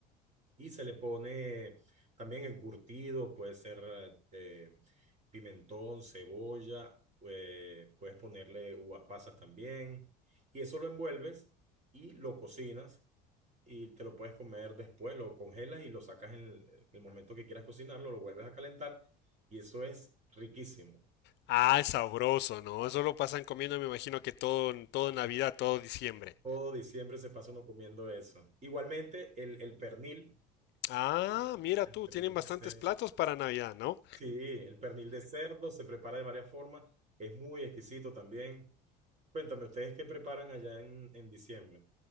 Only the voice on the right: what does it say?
Y se le pone también encurtido, puede ser eh, pimentón, cebolla, eh, puedes ponerle uvas pasas también. Y eso lo envuelves y lo cocinas y te lo puedes comer después, lo congelas y lo sacas en el, el momento que quieras cocinarlo, lo vuelves a calentar y eso es riquísimo.
Todo diciembre se pasa uno comiendo eso. Igualmente, el, el pernil,
eh,
el
pernil
de cerdo,
Sí, el pernil de cerdo se prepara de varias formas, es muy exquisito también. Cuéntame, ¿ustedes qué preparan allá en, en diciembre?